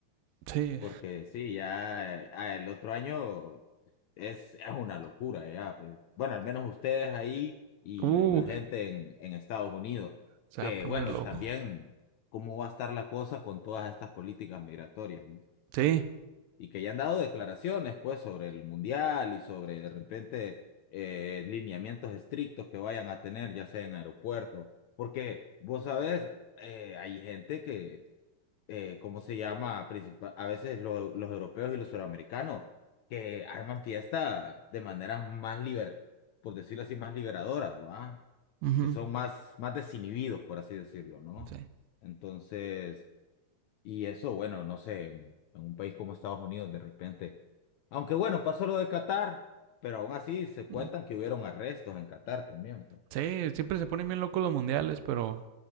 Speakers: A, on the right; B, on the left.
A: Sí.
B: Porque sí, ya eh, ah, el otro año es, es una locura, ya. pues. Bueno, al menos ustedes ahí y
A: Uh,
B: la gente en, en Estados Unidos,
A: se
B: que
A: va a poner
B: bueno,
A: loco.
B: también cómo va a estar la cosa con todas estas políticas migratorias, ¿no?
A: Sí.
B: Y que ya han dado declaraciones, pues, sobre el mundial y sobre de repente eh, lineamientos estrictos que vayan a tener, ya sea en aeropuertos, porque vos sabés, eh, hay gente que eh, ¿cómo se llama? Principal, a veces lo- los europeos y los suramericanos que arman fiesta de maneras más liber, por decirlo así, más liberadoras, ¿va?
A: Ujú.
B: Que son más, más desinhibidos, por así decirlo, ¿no?
A: Sí.
B: Entonces, y eso, bueno, no sé, en, en un país como Estados Unidos, de repente, aunque bueno, pasó lo de Qatar, pero aún así se cuentan
A: Mm.
B: que hubieron arrestos en Qatar también, pues.
A: Sí, siempre se ponen bien locos los mundiales, pero